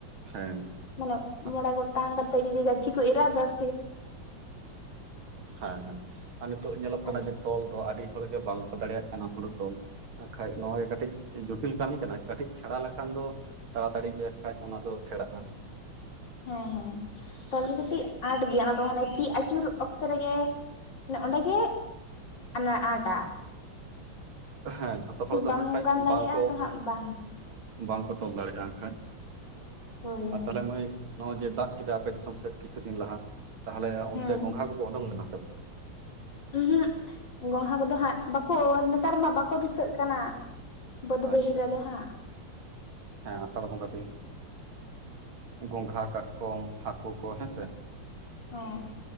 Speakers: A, on the right; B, on the left.
A: ᱦᱮᱸ
B: ᱢᱟᱱᱮ
A: ᱦᱮᱸ
B: ᱢᱚᱲᱮ ᱜᱚᱴᱟᱝ ᱠᱟᱛᱮ ᱡᱚᱫᱤ ᱜᱟᱪᱷᱤ ᱠᱚ ᱤᱨᱟ ᱫᱚᱥ
A: ᱦᱮᱸ ᱦᱮᱸ ᱟᱨ ᱱᱤᱛᱳᱜ ᱧᱮᱞᱚᱜ ᱠᱟᱱᱟ
B: ᱟᱞᱮ
A: ᱡᱮ ᱛᱚᱞ ᱫᱚ ᱟᱹᱰᱤ ᱦᱚᱲᱜ ᱵᱟᱝ ᱠᱚ ᱫᱟᱲᱮᱭᱟᱜ ᱠᱟᱱᱟ ᱦᱳᱲᱳ ᱛᱚᱞ ᱱᱟᱜ ᱠᱷᱟᱡ ᱱᱚᱣᱟ ᱜᱮ ᱠᱟᱹᱴᱤᱡ ᱡᱚᱴᱤᱞ ᱠᱟᱹᱢᱤ ᱠᱟᱱᱟ ᱠᱟᱹᱴᱤᱡ ᱥᱮᱬᱟ ᱞᱮᱠᱷᱟᱱ ᱫᱚ ᱛᱟᱲᱟᱛᱟᱹᱲᱤ ᱜᱮ ᱠᱷᱟᱡ ᱚᱱᱟ ᱫᱚ ᱥᱮᱬᱟᱜᱼᱟ
B: ᱦᱮᱸ ᱦᱮᱸ ᱛᱚᱞ ᱜᱮ ᱠᱟᱹᱴᱤᱡ ᱟᱸᱴ ᱜᱮᱭᱟ ᱚᱱᱟ ᱫᱚ ᱦᱟᱱᱮ ᱛᱤ ᱟᱹᱪᱩᱨ ᱚᱠᱛᱮ ᱨᱮᱜᱮ ᱢᱟᱱᱮ ᱚᱸᱰᱮᱜᱮ ᱟᱱᱟ ᱟᱴᱟ
A: ᱦᱮᱸ ᱡᱷᱚᱛᱚ ᱦᱚᱲ ᱫᱚ
B: ᱵᱟᱢ
A: ᱦᱟᱸ ᱠᱷᱟᱡ
B: ᱜᱟᱱ ᱫᱟᱲᱮᱭᱟᱜᱼᱟ
A: ᱵᱟᱝᱠᱚ
B: ᱛᱚ ᱦᱟᱸᱜ ᱵᱟᱝ
A: ᱵᱟᱝᱠᱚ ᱛᱚᱞ ᱫᱟᱲᱮᱭᱟᱜ ᱦᱟᱜ ᱠᱷᱟᱱ
B: ᱦᱳᱭ
A: ᱟᱨ
B: ᱦᱳᱭ
A: ᱛᱟᱦᱚᱞᱮ ᱢᱟᱹᱭ ᱱᱚᱜᱚᱭ ᱡᱮ ᱫᱟᱜ ᱠᱮᱫᱟ ᱟᱯᱮ ᱫᱤᱥᱚᱢ ᱥᱮᱫ ᱠᱤᱪᱷᱩ ᱫᱤᱱ ᱞᱟᱦᱟ ᱛᱟᱦᱚᱞᱮ ᱚᱱᱛᱮ
B: ᱦᱮᱸ
A: ᱜᱚᱝᱜᱷᱟ ᱠᱚᱠᱚ ᱩᱰᱩᱠ ᱞᱮᱱᱟ ᱥᱮ ᱵᱟᱝ
B: ᱩᱸ ᱦᱩᱸ ᱜᱚᱢᱦᱟ ᱠᱚᱫᱚ ᱦᱟᱸᱜ ᱵᱟᱠᱚ ᱱᱮᱛᱟᱨ ᱢᱟ ᱵᱟᱠᱚ ᱫᱤᱥᱟᱹᱜ ᱠᱟᱱᱟ ᱵᱚᱫᱽ ᱵᱟᱹᱭ
A: ᱟᱪᱪᱷᱟ
B: ᱦᱟᱹᱲ ᱨᱮ ᱫᱚ ᱦᱟᱸᱜ
A: ᱦᱮᱸ ᱟᱥᱟᱲ ᱵᱚᱝᱜᱟ ᱫᱤᱱ ᱜᱚᱝᱜᱷᱟ ᱠᱟᱴᱠᱚᱢ ᱦᱟᱹᱠᱩ ᱠᱚ ᱦᱮᱸᱥᱮ
B: ᱦᱮᱸ